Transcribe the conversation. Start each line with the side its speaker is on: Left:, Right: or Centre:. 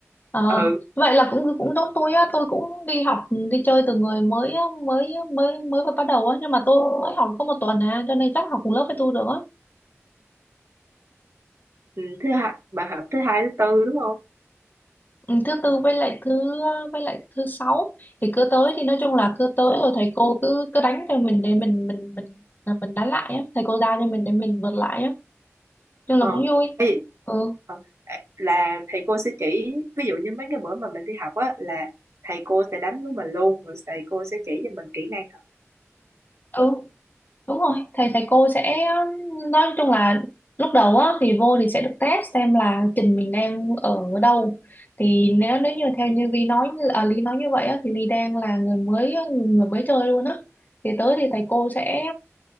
Left: Ờ,
Right: Ừ, ừ.
Left: vậy là cũng cũng giống tôi á tôi cũng đi học ừ, đi chơi từ người mới mới mới mới vừa bắt đầu á nhưng mà tôi mới học được có một tuần à cho nên chắc học cùng lớp với tôi được á
Right: Ừ, Thứ hai, bà học thứ hai, thứ tư đúng không?
Left: ừ, thứ tư với lại thứ với lại thứ sáu thì cứ tới thì nói chung là cứ tới rồi thầy cô cứ cứ đánh cho mình để mình mình mình là mình đánh lại á thầy cô giao cho mình để mình vượt lại á nhưng
Right: Ờ,
Left: là cũng vui
Right: Ê,
Left: ừ
Right: ờ, là thầy cô sẽ chỉ, ví dụ như mấy cái bữa mà mình đi học á, là thầy cô sẽ đánh với mình luôn, rồi thầy cô sẽ chỉ cho mình kỹ năng học.
Left: ừ Đúng rồi, thầy thầy cô sẽ nói chung là lúc đầu á thì vô thì sẽ được test xem là trình mình đang ở đâu. Thì nếu nếu như theo như Vi nói à, Ly nói như vậy á thì Ly đang là người mới người người mới chơi luôn á. Thì tới thì thầy cô sẽ